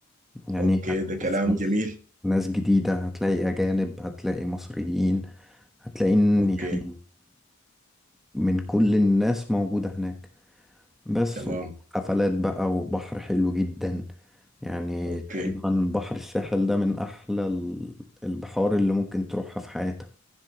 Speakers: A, in the centre; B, on the right.
A: يعني
B: اوكي
A: هتشوف
B: ده كلام
A: ناس
B: جميل
A: ناس جديدة هتلاقي اجانب هتلاقي مصريين هتلاقي إن
B: اوكي
A: يعني من كل الناس موجودة هناك بس
B: تمام
A: حفلات بقى وبحر حلو جدا يعني
B: اوكي
A: تقريبا بحر الساحل ده من احلى ال- البحار اللي ممكن تروحها في حياتك